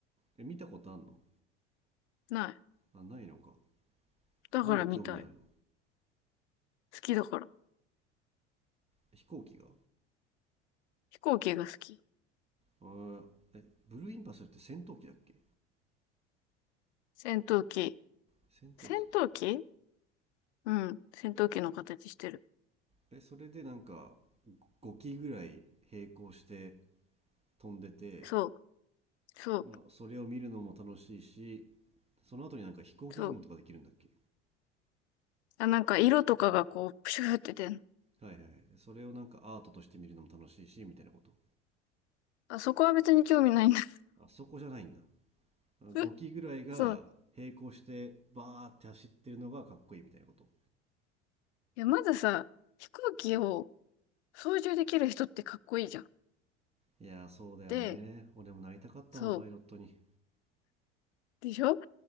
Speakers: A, on the right; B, on the left.
A: え、見たことあんの
B: ない。
A: あ、ないのか。
B: だから見たい。
A: なんで興味あんの
B: 好きだから。
A: 飛行機が
B: 飛行機が好き。
A: あーえブルーインパルスって戦闘機だっけ
B: 戦闘機。
A: 戦闘機か
B: 戦闘機うん。戦闘機の形してる。
A: えそれでなんか5機ぐらい並行して飛んでて
B: そう、そう、
A: まあそれを見るのも楽しいしその後になんか飛行機雲とかできるんだっけ
B: そう。あ、なんか色とかがこう、プシューって出んの。
A: はいはいはいそれをなんかアートとして見るのも楽しいしみたいなこと
B: あ、そこは別に興味ないんだ。
A: あそこじゃないんだ
B: <laughs>
A: 5機ぐらいが並行してバーって走ってるのがかっこいいみたいなこと
B: そう。いや、まずさ、飛行機を操縦できる人ってかっこいいじゃん。
A: いやーそうだよね俺もなりたかったもんパイロットに
B: で、そう。でしょ